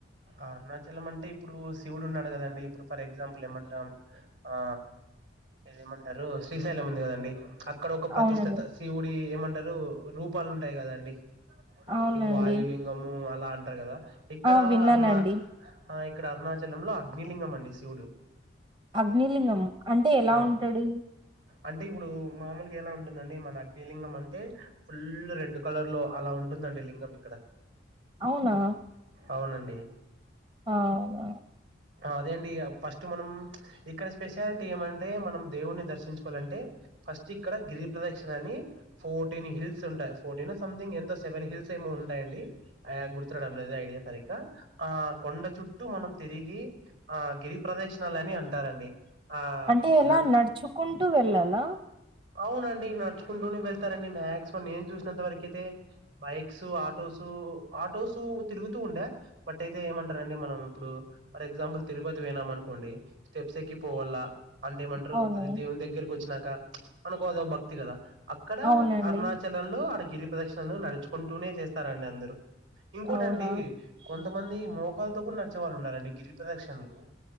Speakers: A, on the right; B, on the right.
A: అరుణాచలం అంటే ఇప్పుడు శివుడు ఉన్నాడు కదండి ఇప్పుడు ఫర్ ఎగ్జాంపుల్ ఏమంట ఆ ఆ ఏదేమంటారు శ్రీశైలం ఉంది కదండి ఆ క్కడ ఒక ప్రతిష్టత
B: అవునండి
A: శివుడి ఏమంటారు రూపాలు ఉంటాయి కదా అండి
B: అవునండి
A: ఇగ వాయు లింగము అలా అంటారు కదా ఇక్కడ
B: ఆ విన్నానండి
A: అరునా అ ఇక్కడ అరుణాచల లో అగ్నిలింగం అండి శివుడు
B: అగ్నిలింగం అంటే ఎలా
A: ఆ
B: ఉంటాడు
A: అంటే ఇప్పుడు మామూలు ఎలా ఉంటుందండి మన అగ్నిలింగం అంటే ఫుల్ రెడ్ కలర్ లో అలా ఉంటుందండి లింగం ఇక్కడ
B: అవునా
A: అవునండి
B: అవునా
A: అదే అండి ఫస్ట్ మనం ఇక్కడ స్పెషాలిటీ ఏమంటే మనం దేవుణ్ణి దర్శించుకోవాలంటే ఫస్ట్ ఇక్కడ గిరి ప్రదక్షణ అని ఫోర్టీన్ హిల్స్ ఉంటాయి ఫోర్టీన్ అ సంథింగ్ ఎంతో సెవెన్ హిల్స్ ఏమో ఉన్ ఉంటాయండి ఆ గుర్తుడం లేదు ఐడియా సరిగ్గా ఆ కొండ చుట్టూ మనం తిరిగి ఆ గిరి ప్రదక్షిణాలని అంటారండి ఆ
B: అంటే ఎలా
A: అదం
B: నడుచుకుంటూ వెళ్ళాలా
A: అవునండి నడుచుకుంటూనే వెళ్తారండి మాక్సిమం నేను చూసినంత వరకు అయితే బైక్స్ ఆటోస్ ఆటోస్ తిరుగుతూ ఉండే బట్ అయితే ఏంటారం మనం ఇప్పుడు ఫర్ ఎగ్జాంపుల్ తిరుపత్ పోయినాం అనుకోండి స్టెప్స్ ఎక్కిపోవాలా అంటేమంటారు
B: అవును
A: అది దేవుని దగ్గరకి వచ్చినాక మనకో అదో భక్తి కదా అక్కడ
B: అవునండి
A: అరుణాచలంలో ఆడ గిరి ప్రదక్షిణలో నడుచుకుంటూనే చేస్తారండి అందరు ఇంకోటండి
B: అవునా
A: కొంతమంది మోకాల్లతో కూడ నడిచే వాళ్ళు ఉన్నారండి గిరి ప్రదక్షిణలు